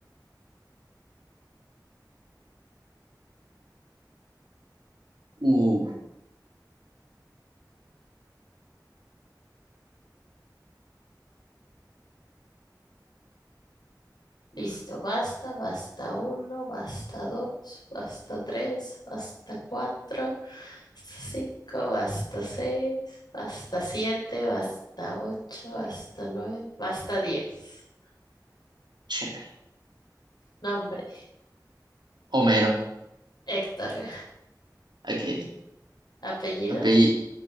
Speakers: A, on the right; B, on the left.
A: uh,
B: Listo. Basta, basta uno, basta dos, basta tres, basta cuatro, basta cinco, basta seis, basta siete, basta ocho, basta nueve, basta diez.
A: che.
B: Nombre,
A: Homero.
B: Héctor.
A: Ok.
B: Apellido,
A: Apellido